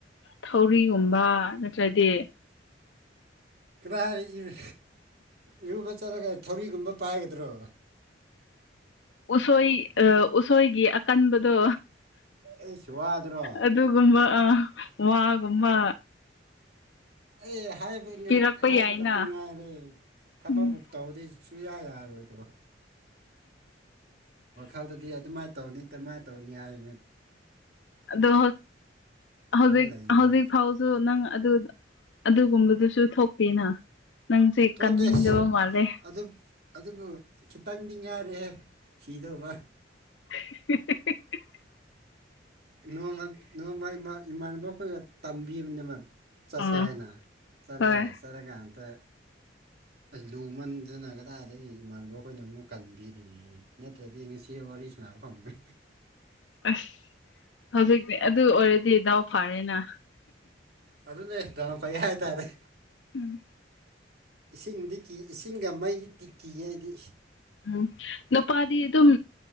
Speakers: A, on the left; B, on the right.
A: ꯊꯧꯔꯤꯒꯨꯝꯕ ꯅꯠꯇ꯭ꯔꯗꯤ
B: ꯀꯗꯥ ꯍꯥꯏꯗ ꯏꯔꯨꯕ ꯆꯠꯂꯒ ꯊꯧꯔꯤꯒꯨꯝꯕ ꯄꯥꯏꯒꯗ꯭ꯔꯣ
A: ꯎꯁꯣꯏ ꯑ ꯎꯁꯣꯏꯒꯤ ꯑꯀꯟꯕꯗꯣ
B: ꯑꯩꯁꯨ ꯋꯥꯗ꯭ꯔꯣ
A: ꯑꯗꯨꯒꯨꯝꯕ ꯑ ꯋꯥꯒꯨꯝꯕ
B: ꯑꯩ ꯍꯥꯏꯕ
A: ꯄꯤꯔꯛꯄ
B: ꯍꯥꯏꯕ
A: ꯌꯥꯏꯅ
B: ꯈꯛꯇꯪ ꯉꯥꯏꯔꯦ ꯊꯕꯛꯕꯨ
A: ꯎꯝ
B: ꯇꯧꯗꯣꯏ ꯁꯨꯌꯥ ꯌꯥꯔꯣꯏꯗꯕ ꯋꯥꯈꯜꯗꯗꯤ ꯑꯗꯨꯃꯥꯏꯅ ꯇꯧꯅꯤ ꯀꯃꯥꯏꯅ ꯇꯧꯅꯤ ꯍꯥꯏ
A: ꯑꯗꯣ ꯍꯧꯖꯤꯛ
B: ꯂꯩꯅꯤ
A: ꯍꯧꯖꯤꯛ ꯐꯥꯎꯁꯨ ꯅꯪ ꯑꯗꯨ ꯑꯗꯨꯒꯨꯝꯕꯗꯨꯁꯨ ꯊꯣꯛꯇꯦꯅ ꯅꯪꯁꯦ
B: ꯇꯣ
A: ꯀꯟꯅꯤꯡꯗꯕ
B: ꯇꯦꯁ
A: ꯃꯥꯜꯂꯦ
B: ꯑꯗꯨꯝ ꯑꯗꯨꯕꯨ ꯈꯤꯇꯪ ꯉꯔꯦꯍꯦ ꯁꯤꯗꯧꯕ
A: <unintelligible>
B: ꯅꯣꯡꯃ ꯅꯣꯡꯃꯃ ꯏꯃꯥꯟꯅꯕ ꯑꯩꯈꯣꯏꯒ ꯇꯝꯕꯤꯕꯅꯦ ꯃꯥ ꯆꯠꯁꯦ
A: ꯑꯥ
B: ꯍꯥꯏꯅ ꯆꯠꯂꯦ
A: ꯍꯣꯏ
B: ꯆꯠꯂꯒ ꯑꯝꯇ ꯑꯁ ꯂꯨ ꯃꯟꯗꯅꯒꯗꯥꯗꯒꯤ ꯏꯃꯥꯟꯅꯕ ꯑꯩꯈꯣꯏꯅ ꯑꯃꯨꯛ ꯀꯟꯕꯤꯔꯤꯅꯤ ꯅꯠꯇ꯭ꯔꯗꯤ ꯉꯁꯤ ꯋꯥꯔꯤ ꯄꯁꯅꯥ ꯐꯪꯃꯦ
A: ꯑꯁ ꯍꯧꯖꯤꯛꯇꯤ ꯑꯗꯨ ꯑꯣꯏꯔꯗꯤ ꯗꯥꯎ ꯐꯥꯔꯦꯅ
B: ꯑꯗꯨ ꯅꯅꯦ ꯇ ꯐꯩ ꯍꯥꯏ ꯇꯔꯦ
A: ꯎꯝ
B: ꯏꯁꯤꯡꯕꯨꯗꯤ ꯀꯤ ꯏꯁꯤꯡꯒ ꯃꯩꯗꯤ ꯇꯤ ꯀꯤ ꯑꯩꯗꯤ
A: ꯎꯝ ꯏ ꯄꯗꯤ ꯑꯗꯨ ꯑꯗꯨꯝ